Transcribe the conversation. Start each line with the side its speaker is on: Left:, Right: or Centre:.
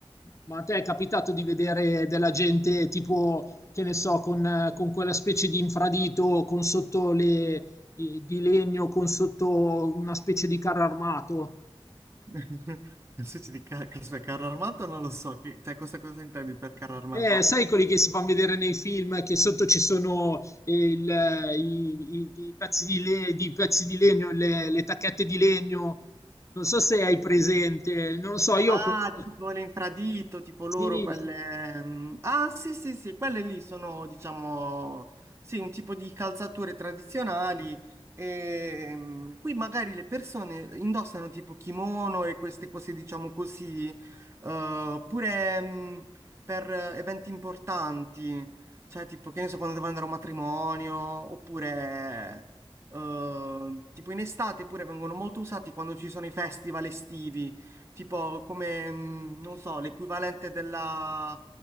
Left: Ma a te è capitato di vedere della gente tipo, che ne so, con, eh, con quella specie di infradito con sotto le, eh, di legno, con sotto una specie di carro armato?
Right: <laughs> Nel senso di ca- aspetta, carro armato non lo so, che, cioè, questa cosa intendi per carro armato?
Left: Eh, sai quelli che si fanno vedere nei film che sotto ci sono eh, il, eh, i, i- i pezzi di le- di pezzi di legno, le, le tacchette di legno. Non so se hai presente, non so, io
Right: Ah,
Left: ho questo.
Right: tipo l'infradito, tipo loro
Left: Sì,
Right: quelle... mm, Ah, sì, sì, sì, quelle lì sono, diciamo, sì, un tipo di calzature tradizionali. E, mm, qui magari le persone indossano tipo kimono e queste cose, diciamo così, eh, pure mm, per eh, eventi importanti, cioè tipo, che ne so, quando devo andare a un matrimonio, oppure... eh, tipo in estate pure vengono molto usati quando ci sono i festival estivi tipo come, mm, non so, l'equivalente della,